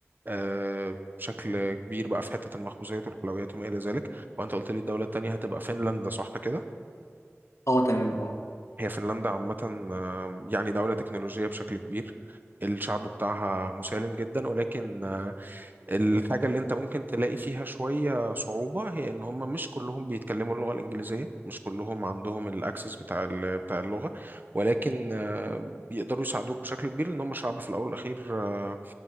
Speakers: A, on the right; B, on the left.
A: آه، بشكل كبير بقى في حتة المخبوزات والحلويات وما إلى ذلك وأنت قلت لي الدولة التانية هتبقى فنلندا صح كده؟
B: اه تمام اه
A: هي فنلندا عامة آه، يعني دولة تكنولوجية بشكل كبير الشعب بتاعها مسالم جدا ولكن آه، الحاجة اللي انت ممكن تلاقي فيها شوية صعوبة هي ان هم مش كلهم بيتكلموا اللغة الانجليزية مش كلهم عندهم الاكسس بتاع ال- بتاع اللغة ولكن آه، بيقدروا يساعدوك بشكل كبير لان هم شعب في الاول والاخير آه،